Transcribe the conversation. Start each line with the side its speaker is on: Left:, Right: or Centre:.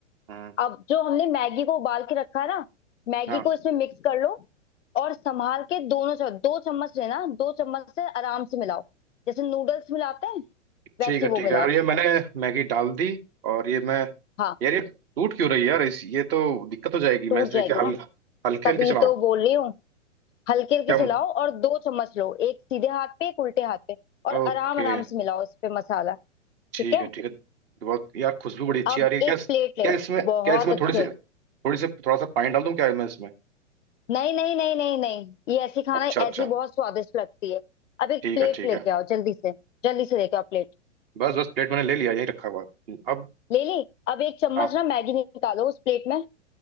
Right: हम्म
Left: अब जो हमने मैगी को उबाल के रखा है ना मैगी
Right: हाँ
Left: को इसमें मिक्स कर लो और संभाल के दोनों चम्मच दो चम्मच लेना दो चम्मच से आराम से मिलाओ जैसे नूडल्स मिलाते हैं वैसे
Right: ठीक है
Left: वो
Right: ठीक
Left: मिलाओ
Right: है और ये मैंने मैगी डाल दी और ये मैं
Left: हाँ
Right: यार ये टूट क्यों रही है यार इस ये तो दिक्कत हो जाएगी
Left: टूट
Right: मैं इसे
Left: जाएगी
Right: क्या हल
Left: ना
Right: हल्के
Left: तभी
Right: हल्के चलाऊं
Left: तो बोल रही हूँ हल्के हल्के
Right: क्या
Left: चलाओ और दो चम्मच लो एक सीधे हाथ पे एक उल्टे हाथ पे और
Right: ओके
Left: आराम आराम से मिलाओ इस पे मसाला
Right: ठीक
Left: ठीक है
Right: है ठीक है बहुत यार खुशबू बड़ी अच्छी
Left: अब
Right: आ रही है
Left: एक
Right: क्या
Left: प्लेट ले
Right: क्या इसमें
Left: बहुत
Right: क्या इसमें
Left: अच्छे
Right: थोड़ी सी थोड़ी सी थोड़ा सा पानी डाल दूं क्या मैं इसमें
Left: नहीं नहीं नहीं नहीं नहीं ये ऐसी खाना
Right: अच्छा अच्छा
Left: ऐसी बहुत स्वादिष्ट लगती है अब एक
Right: ठीक
Left: प्लेट
Right: है ठीक
Left: लेके
Right: है
Left: आओ जल्दी से जल्दी से लेके आओ प्लेट
Right: बस बस प्लेट मैंने ले लिया यही रखा हुआ है। अब
Left: ले ली अब एक चम्मच
Right: हाँ
Left: ना मैगी निकालो उस प्लेट में